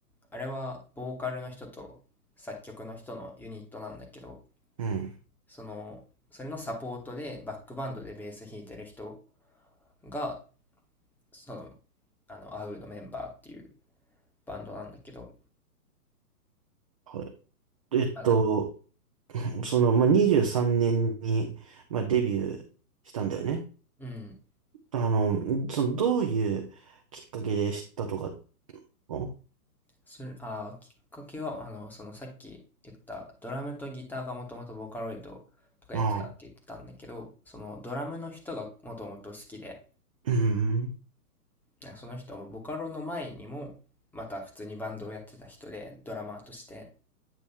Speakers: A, in the centre; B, on the right.
A: あれはボーカルの人と作曲の人のユニットなんだけど、
B: うん。
A: その、それのサポートでバックバンドでベース弾いてる人が、その、あの、アウのメンバーっていうバンドなんだけど、
B: はい。えっと、
A: あ、だ
B: その、まあ、23年に、まあ、デビューしたんだよね。
A: うん。
B: あの、その、どういうきっかけで知ったとかの、
A: それ、あー、きっかけは、あの、そのさっき言ったドラムとギターがもともとボカロイドとかやってたって言ってたんだけど、
B: ああ、
A: そのドラムの人がもともと好きで、
B: うん、
A: なんかその人もボカロの前にも、また普通にバンドをやってた人で、ドラマーとして。